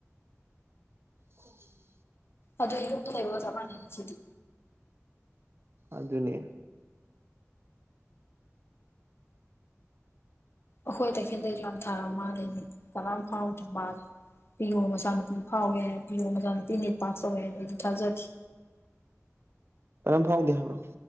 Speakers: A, on the right; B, on the left.
A: <inaudible>
B: ꯑꯗꯨ ꯌꯨꯝꯗ ꯂꯩꯕꯒ ꯆꯞ ꯃꯥꯟꯅꯩꯅꯦ ꯁꯤꯗꯤ
A: ꯑꯗꯨꯅꯦ
B: ꯑꯩꯈꯣꯏ ꯇꯈꯦꯟꯂꯩꯗꯣ ꯌꯥꯝ ꯊꯥꯔ ꯃꯥꯜꯂꯦꯅꯦ ꯀꯅꯥꯝ ꯐꯥꯎꯗ꯭ꯔ ꯃꯥꯂꯦ ꯄꯤꯌꯣ ꯃꯆꯥꯅꯨꯄꯨꯡ ꯐꯥꯎꯋꯦ ꯍꯥꯏ ꯄꯤꯌꯣ ꯃꯆꯥꯅꯨꯄꯤ ꯅꯤꯠ ꯄꯥꯁ ꯇꯧꯋꯦ ꯍꯥꯏꯗꯣ ꯑꯩꯗꯤ ꯊꯥꯖꯗꯦ
A: ꯀꯅꯥꯝ ꯐꯥꯎꯗꯦ ꯍꯥꯏꯕ꯭ꯔꯣ